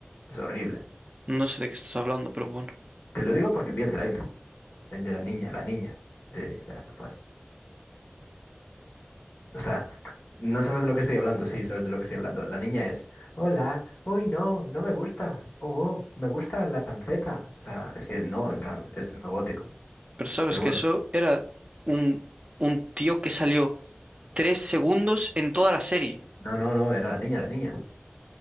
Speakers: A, on the left; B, on the right.
A: Es horrible.
B: No sé de qué estás hablando, pero bueno.
A: Te lo digo porque vi el tráiler, el de la niña, la niña de, de Last of Us. O sea, no sabes de lo que estoy hablando, sí, sabes de lo que estoy hablando. La niña es, hola, uy, no, no me gusta. Oh, oh, me gusta la panceta. O sea, es que no, en plan, es robótico.
B: Pero sabes
A: Pero
B: que
A: bueno,
B: eso era un, un tío que salió tres segundos en toda la serie.
A: no, no, no, era la niña, la niña.